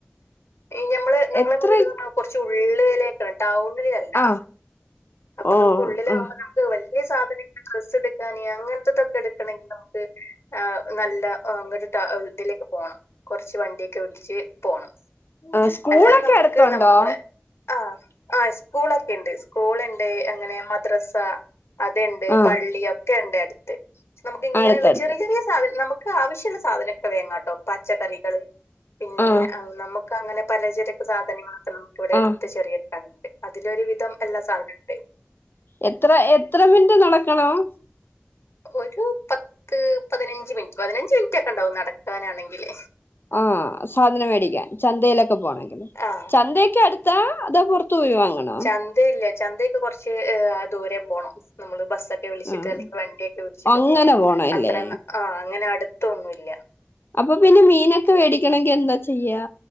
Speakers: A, on the left; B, on the left.
A: ഈ ഞമ്മള് ഞങ്ങളെ
B: എത്ര
A: വീട്ന്നർഞ്ഞ കുറച്ച് ഉള്ളി ലെക്കാ ടൗണിലെ ല്ലാ.
B: ആ
A: അപ്പൊ
B: ഓ
A: നമുക്ക് ഉള്ളിലാകുമ്പ
B: ആ
A: ന - ക്ക് വല്യ സാധനങ്ങൾ, ഡ്രസ്സ് എടുക്കാന് അങ്ങൻത്തതൊക്കെടുക്കണങ്കിൽ നമുക്ക് ആ നല്ല അങ്ങനട്ട ട്ടിഇതിലൊക്കെ പോണം കൊറച്ച് വണ്ടിയൊക്കെ വിളച്ച് പോണം
B: ആ സ്കൂളൊക്കെ
A: അല്ലാതെ നമുക്ക്
B: അടുത്തുണ്ടോ
A: നമ്മളെ ആഹ് ആഹ് സ്കൂളൊക്കെ ഇണ്ട്. സ്കൂൾ ഇണ്ട്, അങ്ങനെ മദ്രസ അത് ഇണ്ട്,
B: ആ
A: പള്ളി, ഒക്കെ ഇണ്ട് അടുത്ത് നമുക്ക് ഇങ്ങനെയുള്ള
B: അടുത്തടുത്ത്
A: ചെറിയ ചെറിയ സാധനം നമുക് ക്കാവിശ്യുള്ള സാധനൊക്കെ വേങ്ങാട്ടോ. പച്ചക്കറികൾ, പിന്നെ
B: ആ
A: നമുക്ക് അങ്ങനെ പലചരക്ക് സാധനങ്ങളൊക്കെ നമുക്ക് ഇവിടെ
B: ആ
A: എടുത്ത് ചെറിയ കടണ്ട്. അതിലൊരുവിധം എല്ലാ സാധനുണ്ട്
B: എത്ര എത്ര മിൻറ്റ് നടക്കണം
A: ഒരു പത്ത് പതിനഞ്ച് മിനിറ്റ് പതിനഞ്ച് മിൻറ്റൊക്കെണ്ടാവും നടക്കാനാണെങ്കില്
B: ആഹ് സാധനം മേടിക്കാൻ, ചന്തയിലൊക്കെ പോണമെങ്കിൽ,
A: ആഹ്
B: ചന്തയൊക്കെ അടുത്താ അതോ പുറത് ത്തുപോയി വാങ്ങണോ
A: ചന്തയില്ല, ചന്തയൊക്കെ കൊർച് ഹ്.. ആഹ്.. ദൂരെ പോണം നമ്മള് ബസ്സക് ക്കെ വിളിച്ചിട്ട്
B: ആഹ്
A: അല്ലെങ്കി വണ്ടിയൊക്കെ വിളിച്ചിട്ട്
B: അങ്ങനെ
A: പോണം.
B: പോണല്ലേ
A: അത്രയൊ ആ അങ്ങനെ അടുത്തൊന്നുല്യ
B: അപ്പൊ പിന്നെ മീനൊക്കെ വേടിക്കണെങ്കിൽ എന്താ ചെയ്യാ?